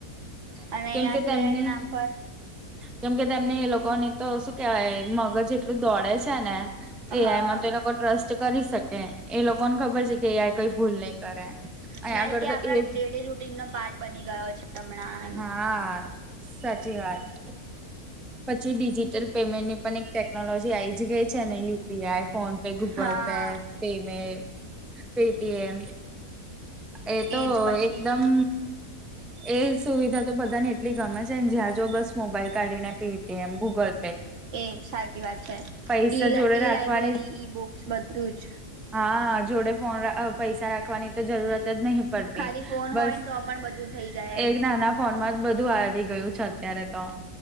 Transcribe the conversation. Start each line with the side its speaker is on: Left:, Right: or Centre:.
Right: અને
Centre: કેમ
Right: અહં
Centre: કે
Right: તો
Centre: તેમની
Right: એના નામ પર
Centre: કેમ કે તેમની એ લોકોની તો શું કેવાય? મગજ એટલું દોડે છે ને
Right: હા
Centre: એઆઈમાં તો એ લોકો ટ્રસ્ટ કરી શકે એ લોકોને ખબર છે કે એઆઇ કંઈ ભૂલ નહીં કરે. અહીં
Right: <unintelligible>
Centre: આગળ
Right: કે
Centre: તો
Right: આપડા
Centre: એ
Right: ડેલી રૂટીનનો પાર્ટ બની ગયો છે હમણાં. એમ
Centre: હા સાચી વાત છે. પછી ડિજિટલ પેમેન્ટની પણ એક ટેકનોલોજી આઈ જ ગઈ છે ને યુપીઆઈ ફોન- -પે, ગૂગલ-પે,
Right: હા
Centre: પેટીએમ, એ તો
Right: એજ પછી
Centre: એકદમ એ સુવિધા તો બધાને એટલી ગમે છે ને જ્યાં જો બસ મોબાઈલ કાઢી ને પેટીએમ. ગૂગલ.
Right: એ સાચી વાત છે.
Centre: પૈસા
Right: ઈ.
Centre: જોડે
Right: ઈ
Centre: રાખવાની
Right: લાઈબ્રેરી ઈ બુક્સ બધું જ.
Centre: હા જોડે ફોન. પૈસા રાખવાની તો જરૂરત જ નહીં. પડતી.
Right: ખાલી ફોન
Centre: બસ
Right: હોય ને તો પણ બધું થઈ જાય એમ
Centre: એક ના ના. ફોન માં જ બધું આવી ગયું છે. અત્યારે તો,